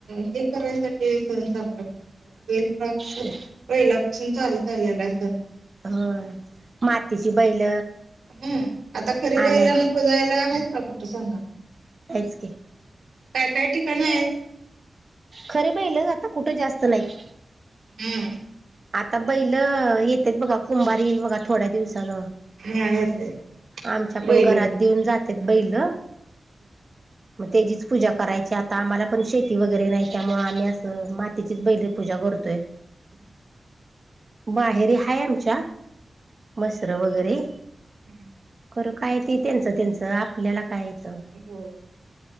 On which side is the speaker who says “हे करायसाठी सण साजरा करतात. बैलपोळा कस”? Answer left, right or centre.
Right